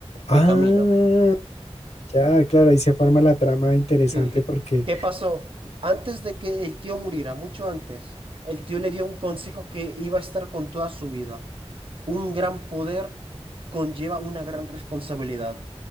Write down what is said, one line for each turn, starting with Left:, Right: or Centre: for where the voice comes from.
Right: de
Left: Ah,
Right: camino.
Left: ya, claro, ahí se forma la trama interesante
Right: Sí.
Left: porque,
Right: ¿Qué pasó? Antes de que el tío muriera, mucho antes, el tío le dio un consejo que iba a estar con toda su vida. Un gran poder conlleva una gran responsabilidad.